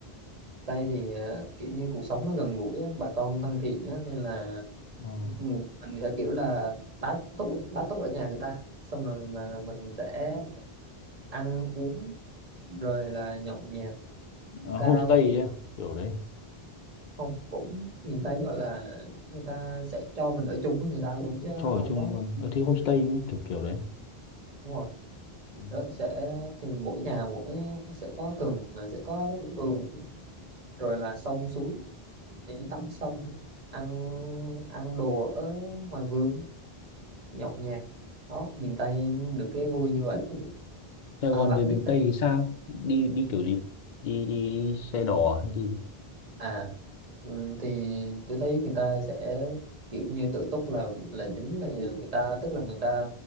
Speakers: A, on the right; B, on the left.
A: Tây thì ờ, kiểu như cuộc sống nó gần gũi á, bà con thân thiện á, nên là
B: không?
A: mình, mình sẽ kiểu là tá túc tá túc ở nhà người ta xong rồi mà mình sẽ ăn uống rồi là nhậu nhẹt
B: Ờ, à,
A: karaoke
B: homestay ấy, à? kiểu đấy
A: không cũng miền Tây gọi là người ta sẽ cho mình ở chung với người ta luôn chứ
B: cho ở
A: không
B: chung
A: có
B: luôn ở thế homestay cũng kiểu kiểu đấy
A: đúng rồi
B: Ừ.
A: đó sẽ thì mỗi nhà mỗi sẽ có thường là sẽ có vườn rồi là sông suối để đi tắm xong ăn ăn đồ ở ngoài vườn nhậu nhẹt đó miền Tây được cái vui như vậy
B: Sài
A: à,
B: Gòn
A: bạn
B: về miền
A: biết đấy.
B: Tây thì sao đi đi kiểu gì đi đi đi xe đò hay đi gì
A: à ừm, thì tôi thấy người ta sẽ kiểu như tự túc là là chính là người ta tức là người ta